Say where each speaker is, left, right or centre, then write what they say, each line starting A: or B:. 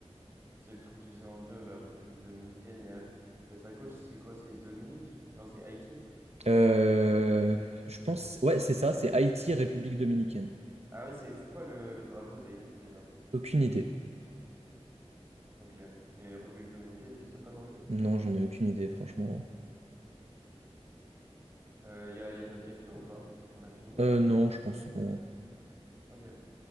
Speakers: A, on the right (about 20°); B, on the right (about 70°).
A: c'est le truc divisé en deux, la République dominicaine et à, que sa gauche, c'est quoi? C'est Dominique? Non, c'est Haïti.
B: Euh, je pense... Ouais, c'est ça, c'est Haïti, République dominicaine.
A: Ah oui, c'est c'est quoi le, le drapeau d'Haïti déjà?
B: Aucune idée.
A: Ok. Et République dominicaine, tu sais pas non plus?
B: Non, j'en ai aucune idée, franchement.
A: Il y a, y a d'autres questions ou pas? On a fini?
B: Euh, non, je pense que c'est bon. hein.
A: Ok.